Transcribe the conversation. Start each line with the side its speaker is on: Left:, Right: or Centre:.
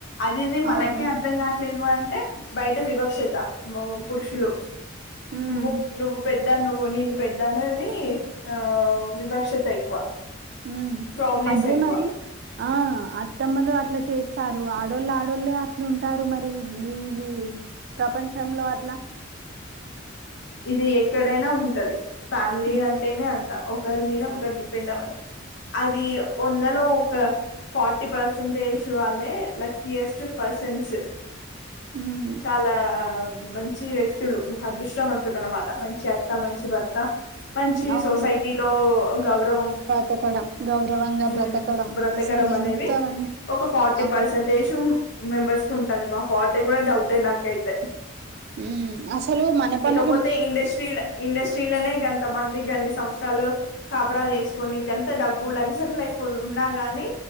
Left: అది ఇది మనకే
Right: అవును
Left: అర్థం కావట్లేదు అంటే బయట వివక్షత పురుషులు
Right: ఉమ్
Left: నువ్వు ఒక పెద్దా నువ్వు నేను పెద్దా అనేది ఆ వివక్షత ఎక్కువ
Right: ఊ
Left: ప్రౌడ్నెస్
Right: అదే
Left: ఎక్కువ
Right: మరి ఆ అత్తమ్మలు అట్లా చేస్తారు. ఆడోళ్ళు ఆడోళ్ళే అట్లు ఉంటారు. మరి ఈవి ప్రపంచంలో అట్లా
Left: ఇది ఎక్కడైనా ఉంటది. ఫ్యామిలీ
Right: ఉమ్
Left: అంతేనా అంత్ ఒకరి మీద ఒకరు డిపెండ్ అవ అది ఒంట్లో ఫార్టీ పర్సెంటేజ్ వాళ్ళే లక్కీయెస్ట్ పర్సన్స్
Right: ఉమ్
Left: చాలా మంచి వ్యక్తులు అదృష్టవంత తులు అన్నమాట మంచి అత్త మంచి భర్త్త మంచి
Right: ఉమ్. అవును
Left: సొసైటీ లో గౌరవం
Right: బ్రతకడం గౌరవంగా
Left: ఉమ్
Right: బ్రతకడం
Left: బ్రతకడం
Right: అసలు
Left: అనేవి
Right: ఎంత మం
Left: ఒక ఫార్టీ
Right: అవును
Left: పర్సెంటేజ్ మెంబర్స్ కి ఉం అద మా ఫార్టీ కూడా డౌట్ ఏ నాకై తే
Right: ఉమ్ అసలు వినపన
Left: కపోతే ఇండస్ట్రీలో ఇండస్ట్రీ లోనే గంత మంది గన్ని సంస్ వష్ట్రాలు కాపరాలు చేసుకొని గంత డబ్బు లగ్జరీ లైఫ్ ఉన్నా గాని